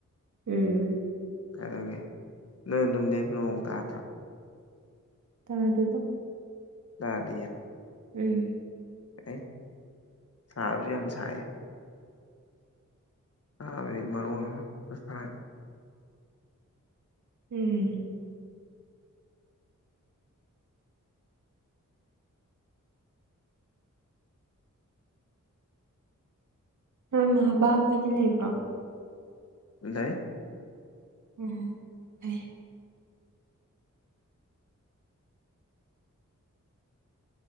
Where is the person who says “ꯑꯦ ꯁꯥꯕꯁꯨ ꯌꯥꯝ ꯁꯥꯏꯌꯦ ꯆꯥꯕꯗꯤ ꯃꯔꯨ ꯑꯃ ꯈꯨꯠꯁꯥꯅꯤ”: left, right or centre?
Left